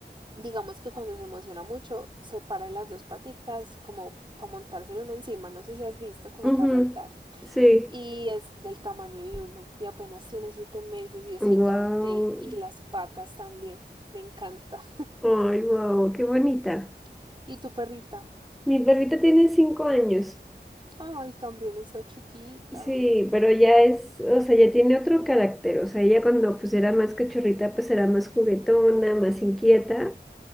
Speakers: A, on the right; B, in the centre.
A: digamos que cuando se emociona mucho, se para en las dos paticas como para montárselo uno encima, no sé si has visto como
B: Ujú.
A: para saltar.
B: Sí.
A: Y es del tamaño de uno y apenas tiene siete meses y es
B: Wow.
A: gigante y las patas también, me encanta.
B: Ay, wow, qué bonita.
A: <laughs> ¿Y tu perrita?
B: Mi perrita tiene cinco años.
A: Ay, también está chiquita.
B: Sí, pero ya es, o sea, ya tiene otro carácter, o sea, ella cuando pues era más cachorrita, pues era más juguetona, más inquieta,